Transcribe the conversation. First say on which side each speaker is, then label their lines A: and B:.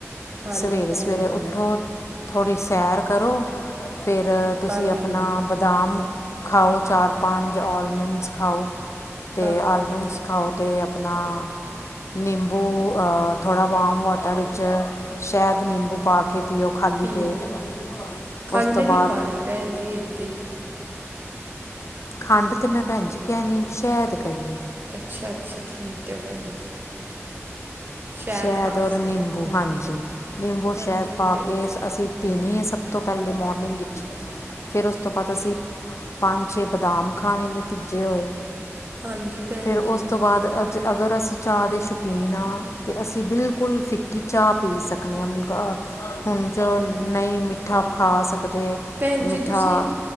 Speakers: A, on the right; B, on the left.
A: ਹਾਂਜੀ
B: ਸਵੇਰੇ-ਸਵੇਰੇ
A: ਭੈਣ ਜੀ
B: ਉੱਠੋ, ਥੋੜ੍ਹੀ ਸੈਰ ਕਰੋ। ਫੇਰ ਤੁਸੀਂ
A: ਹਾਂਜੀ
B: ਅਪਣਾ ਬੱ ਬਦਾਮ ਖਾਓ ਚਾਰ-ਪੰਜ, ਔਲਮੰਡਸ ਖਾਓ। ਤੇ
A: ਹਾਂਜੀ
B: ਆਲਮੰਡਸ
A: ਭੈਣ ਜੀ
B: ਖਾਓ ਤੇ ਅਪਣਾ ਨਿੰਬੂ ਅ ਥੋੜ੍ਹਾ ਵਾਮ ਵਾਟਰ ਇਚ ਸੈ਼ਦ, ਨਿੰਬੂ ਪਾ ਕੇ ਪੀਓ ਖਾਲੀ
A: ਪੀਓ
B: ਪੇਟ।
A: ਖੰਡ
B: ਉਸ ਤੋਂ ਬਾਅਦ
A: ਨੀ ਪਾਨੀ ਭੈਣ ਜੀ ਏਦਾਂ ਈ।
B: ਖੰਡ ਤੇ ਮੈਂ ਭੈਨ ਜੀ ਕੇਆ ਨੀ ਸੈ਼ਦ ਕਈ ਐ।
A: ਅੱਛਾ-ਅੱਛਾ ਠੀਕ ਐ ਬੈਨ ਜੀ। ਸ਼ਾਇਦ
B: ਸੈ਼ਦ
A: ਪਾ
B: ਔਰ
A: ਸਕਦੇ
B: ਨਿੰਬੂ
A: ਹੋ
B: ਹਾਂਜੀ, ਨਿੰਬੂ ਔਰ
A: ਹਾਂਜੀ
B: ਸੈ਼ਦ ਪਾ
A: ਭੈ
B: ਕੇ ਅਸੀਂ ਪੀਨੀ ਏ ਸਬ ਤੋਂ ਪੈਲੇ ਮੋਰਨਿੰਗ ਵਿਚ। ਫੇਰ ਓਸ ਤੋਂ ਬਾਦ ਅਸੀਂ ਪੰਜ-ਛੇ ਬਦਾਮ ਖਾਨੇ ਨੇ ਭਿੱਜੇ ਹੋਏ।
A: ਹਾਂਜੀ ਭੈਣ
B: ਫੇਰ ਓਸ
A: ਜੀ
B: ਤੋਂ ਬਾਦ ਅਜ ਅਗਰ ਅਸੀਂ ਚਾਅ ਦੇ ਸ਼ੌਕੀਨ ਆਂ ਤੇ ਅਸੀਂ ਬਿਲਕੁੱਲ ਫਿੱਕੀ ਚਾਹ ਪੀ ਸਕਦੇ ਆਂ ਮਤਲੱਬ ਹੁਨ ਜੋ ਨਈਂ ਮਿੱਠ ਮਿੱਠਾ ਖਾ ਸਕਦੇ,
A: ਭੈਣ
B: ਮਿੱਠਾ
A: ਜੀ ਤੁਸੀਂ